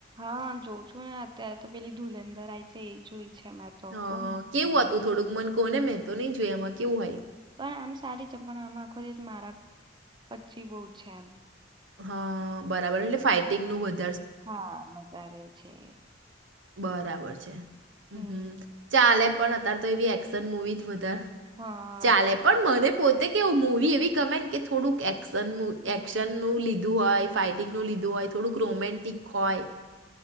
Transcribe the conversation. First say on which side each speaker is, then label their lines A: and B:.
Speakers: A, on the right; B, on the right.
A: હા જોઉં છું ને અત્યારે તો પેલી ધુલંધર આય છે એ જોઈ છે મેં તો
B: હ
A: બહુ મસ્ત
B: કેવું
A: છે.
B: હતું થોડુંક મન કોને મે તો નઈ જોય એમાં કેવું હોય
A: પણ આમ સારી ચપ આમ આખો દસ મારા પચી બહ છે એમ
B: હા બરાબર એટલે ફાઈટિંગ નું બધું
A: હા વધારે છે
B: બરાબર છે હ
A: હમ્મ,
B: હમ ચાલે પણ અત્યારે તો એવી એક્શન મૂવી જ વધારે
A: હા.
B: ચાલે પણ મને પોતે કે મવી એવી ગમે ને કે થોડુંકશન એક્શનનુંું લીધું હોય ફાઈટિંગનુંું લીધું હોય થોડુંક રોમન્ટિક હોય